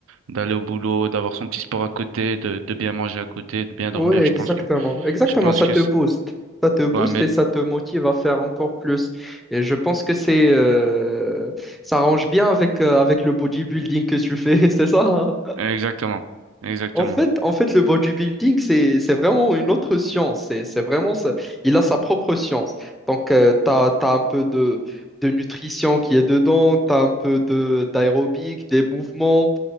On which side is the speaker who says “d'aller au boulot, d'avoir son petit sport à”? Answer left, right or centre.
Right